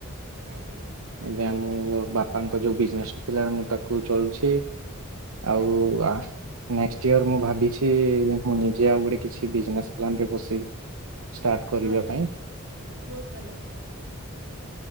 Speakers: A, on the right; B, on the right.
A: ଆଜ୍ଞା
B: ଏବେ ଆମ ମୋ ବାପାଙ୍କ ଯୋଉ ବିଜନେସା ଥିଲା ମୁଁ ତାକୁ ଚଳୁଛି ଆଉ
A: ଆଜ୍ଞା
B: ନେକ୍ସ ଇୟର ମୁଁ ଭାବିଛି ମୁଁ ନିଜେ ଆଉ ଗୋଟେ କିଛି ବିଜନେସ୍ ପ୍ଲାନ ରେ ବସେଇି ଷ୍ଟାର୍ଟ କରିବା
A: ଭଲ
B: ପାଇଁ
A: ବହୁତ ଭଲ କଥା।